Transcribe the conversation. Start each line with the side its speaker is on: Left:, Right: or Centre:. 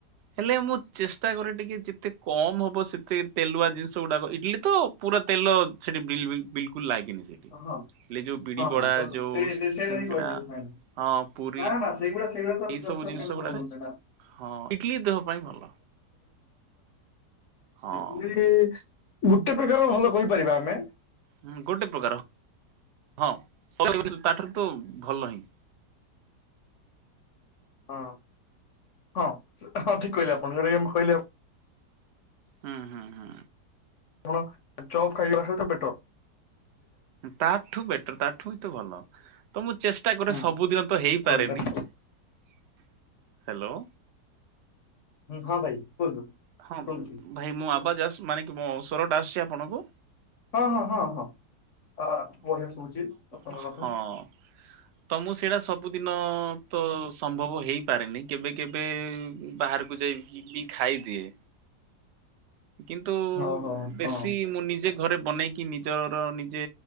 Right: ହେଲେ ମୁଁ ଚେଷ୍ଟା କରେ ଟିକେ ଯେତେ କମ ହବ ସେତେ ତେଲୁଆ ଜିନିଷ ଗୁଡାକ ଇଟିଲି ତ ପୁରା ତେଲ ସେଠି ବିଲକୁଲ ଲାଗେନି ସେଠି।
Left: ହଁ
Right: ହେଲେ ଯୋଉ ବିଡି
Left: ହଁ
Right: ବଡା
Left: ହଁ ସେ
Right: ଯୋଉ
Left: ସେଇଟା
Right: ସିଙ୍ଗଡା
Left: ହିଁ କହି ସେଇ
Right: ହଁ ପୁରୀ
Left: ସେ ତ କଷ୍ଟ
Right: ଏଇ ସବୁ ଜିନିଷ
Left: ପାଇଁ
Right: ଗୁଡାକ
Left: ହ ସୋ
Right: ହଁ ଇଟଲି ଦେହ ପାଇଁ ଭଲ ହଁ।
Left: ସେ ଗୋଟେ ପ୍ରକାର ଭଲ କହିପାରିବା ଆମେ?
Right: ହଁ ଗୋଟେ ପ୍ରକାର ହଁ ତାଠାରୁ ତ ଭଲ ହିଁ
Left: ହଁ ହଁ ହଁ ଠିକ କହିଲେ ଆପଣ <inaudible> କହିଲେ?
Right: ହୁଁ ହୁଁ ହୁଁ।
Left: ଆପଣ ଚପ୍ ଖାଇବା ସହିତ ପେଟ୍
Right: ତାଠୁ ବେଟର ତା ଠୁ ହ ତ ଭଲ। ତ ମୁଁ ଚେଷ୍ଟା କରେ
Left: ହୁଁ
Right: ସବୁଦିନ ତ ହେଇପାରେନି
Left: ସରି ତାର
Right: ହ୍ୟାଲୋ।
Left: ହଁ ଭାଇ କୁହନ୍ତୁ?
Right: ହଁ
Left: ଶୁଣୁଛି
Right: ଭାଇ ମୋ ଆବାଜ ମାନେ କି ମୋ ସ୍ଵରଟା ଆସୁଛି ଆପଣଙ୍କୁ
Left: ହଁ ହଁ ହଁ ହଁ ଆ ବଢିଆ ଶୁଭୁଛି ଆପଣଙ୍କ
Right: <inaudible>
Left: କଥା।
Right: ତମୁ କୁ ସେଇଟା ସବୁଦିନ ତ ସମ୍ଭବ ହେଇପାରେନି, କେବେ କେବେ ବାହାର୍ କୁ ଯାଇକି ବି ଖାଇଦିଏ। କିନ୍ତୁ,
Left: ଓହୋ
Right: ବେଶୀ
Left: ହଁ
Right: ମୁଁ ନିଜେ ଘରେ ବନେଇକି, ନିଜର ନିଜେ